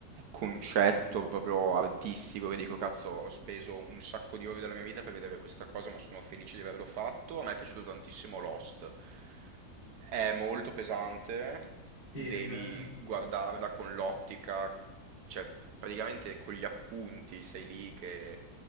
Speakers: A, on the right; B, on the left.
A: concetto proprio artistico, che dico, cazzo, ho speso un sacco di ore della mia vita per vedere questa cosa, ma sono felice di averlo fatto. A me è piaciuto tantissimo Lost. È molto pesante,
B: Sì,
A: devi
B: è vero.
A: guardarla con l'ottica, cioè, praticamente con gli appunti sei lì che